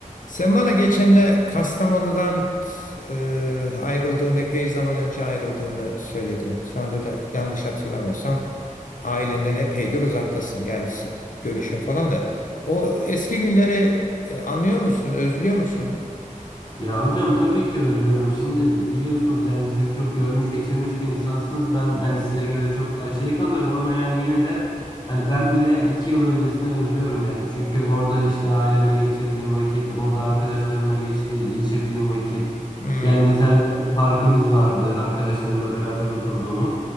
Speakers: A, on the left; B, on the left.
A: Sen bana geçen de Kastamonu'dan e, ayrıldığın, epey zaman önce ayrıldığını söyledin. Şu anda da yanlış hatırlamıyorsam ailenden epeydir uzaktasın. Yani s- görüşün
B: Evet.
A: falan da. O eski günleri e, anlıyor musun, özlüyor musun?
B: Ya hocam tabii ki özlüyorum. Şimdi biliyorsunuz yani siz çok görmüş geçirmiş bir insansınız. Ben hani
A: Tamam.
B: size göre çok daha şey kalıyorum ama yani yine de hani ben bile iki yıl öncesini özlüyorum yani. Çünkü orada işte ailemle geçirdiğim vakit, orada arkadaşlarımla geçti, geçirdiğim vakit.
A: Hmm.
B: Yani mesela bir parkımız vardı arkadaşlarımla beraber oturduğumuz.